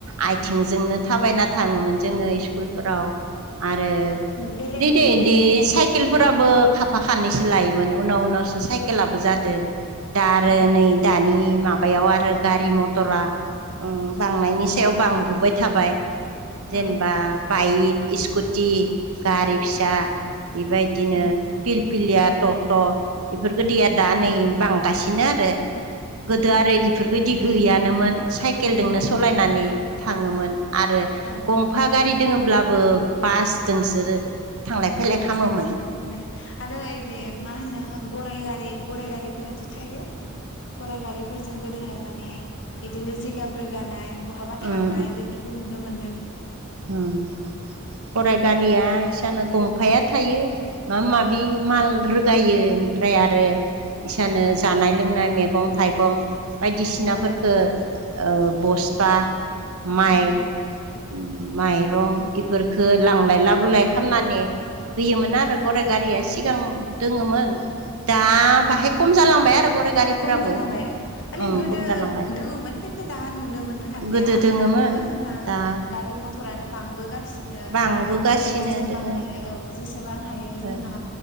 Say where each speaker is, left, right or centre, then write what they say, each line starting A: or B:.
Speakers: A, on the right; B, on the left.
A: आयथिंजोंनो
B: उम
A: थाबायना थाङोमोन जोङो स्कुलफोराव
B: उम
A: आरो
B: बेलेग
A: दे दे
B: माने
A: दे
B: जायगा
A: साइकेल फोराबो खाफा खानैसो लायोमोन उनाव उनावसो साइकेलाबो जादो दा आरो
B: औ
A: नै दानि माबायाव आरो गारि मथरा ओ बांनायनि सायाव बांबोबाय थाबाय। जेनेबा
B: औ
A: बाइक स्कुटि गारि फिसा बेबायदिनो
B: उम
A: पिरपिलिया त' त' इफोरबायदिया दा नै बांगासिनो आरो गोदो
B: उम उम
A: आरो
B: उम
A: इफोरबायदि गैयानोमोन। साइकेलजोंनो
B: गैया
A: सालायनानै थाङोमोन आरो
B: औ
A: गंफा- गारि दङोलाबो बास दोंसो थांलाय- फैलाय
B: बास
A: खालामोमोन
B: दोंसो थांलाय-फैलाय आरो ओ बे मा होनो गराइ गारि गराइ गारि <unintelligible> थायो। गरायगारिफोरजों गोदोहाय माने बिदिनो जिगाब रोगानाय बहाबा थांनाय
A: ओम
B: बेफोरखौ नुनो मोन्दों।
A: उम गराय गारिया इसानो गंफाया थायो। माबा-माबि
B: उम
A: माल रो- गायो ओमफ्राय आरो इसानो जानाय-लोंनाय मैगं-थाइगं बायदिसिनाफोरखो
B: औ
A: ओ बस्था माइ-माइरं
B: उम उम
A: इफोर- खो लांलाय लाबोलाय खालामनानै होयोमोन आरो गराय गारिया
B: औ
A: सिगां
B: औ
A: दोङोमोन दा बाहाय खम जालांबाय आरो गराइ
B: फ्राय
A: गारिफोराबो
B: खम जालांबाय माने
A: उम
B: गोदो
A: खम जालांबाय।
B: दोङोमोन खिन्थु दाहा नुनो मोननो थांलिया
A: गोदो
B: आरो
A: दोङोमोन
B: दाथ' जोंना
A: दा
B: गारि मथरानो बांबोगासिनो नो
A: बांबोगासिनो
B: माने जेसेबां
A: दोङो
B: हायो औ जेसेबां हायो जोंहा
A: ओ